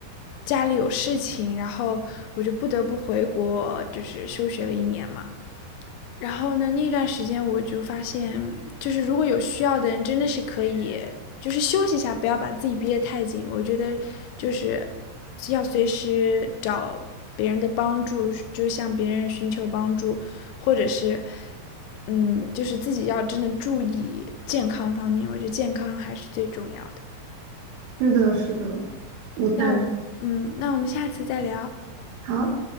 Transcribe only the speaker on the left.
家里有事情，然后我就不得不回国，就是休学了一年嘛。然后呢，那段时间我就发现，就是如果有需要的人，真的是可以，就是休息一下，不要把自己憋得太紧。我觉得就是要随时找别人的帮助，就向别人寻求帮助，或者是，嗯，就是自己要真的注意健康方面，我觉得健康还是最重要的。
那我嗯，那我们下次再聊。